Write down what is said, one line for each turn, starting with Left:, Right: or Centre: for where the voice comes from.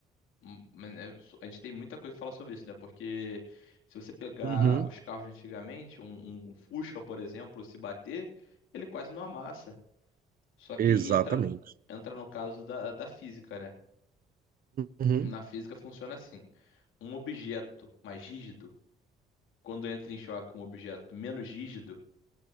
Left: hum, mas, né, so, A gente tem muita coisa pra falar sobre isso, né? Porque se você pegar
Right: Uhum,
Left: os carros de antigamente, um, um um Fusca, por exemplo, se bater, ele quase não amassa. Só que
Right: exatamente.
Left: aí entra, entra no caso da, da física, né?
Right: Uhum,
Left: Na física funciona assim. Um objeto mais rígido, quando entra em choque com um objeto menos rígido,